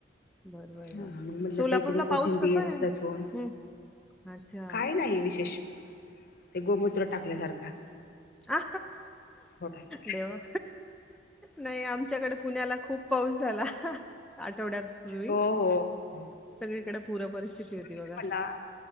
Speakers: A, in the centre; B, on the left.
A: बर बर
B: हा
A: बर
B: मग म्हटलं
A: सोलापूरला
B: त इकडून
A: पाऊस
B: कोथिंबीर
A: कसा आहे हम्म
B: लसूण
A: अच्छा
B: काय नाही विशेष ते गोमूत्र
A: हम्म
B: टाकल्यासारखा
A: आ
B: थोडासा
A: देवा नाही आमच्याकडे पुण्याला खूप पाऊस झाला आठवड्यापूर्वी
B: हो हो हो
A: सगळीकडे पूर पररिस्थिती होती.
B: तेच
A: बघा.
B: म्हणट